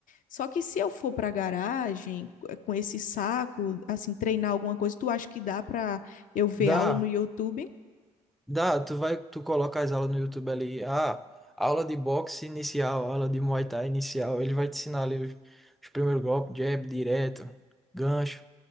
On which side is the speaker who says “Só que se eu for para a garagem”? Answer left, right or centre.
Left